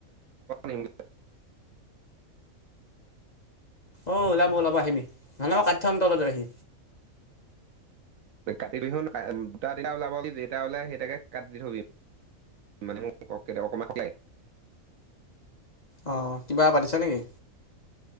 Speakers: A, on the right; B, on the left.
A: নিম
B: অ ওলাব ওলাব আহিবি নহ ম কা্যামম তলততে আহি
A: কাতি বিহু দুটা তিটা ওলাব যেেই ওলাই সেইটাকে কাটি দি থৈবি মানে মোক অকণমান লাগে
B: অঁ কিবা পাতিছা নেকি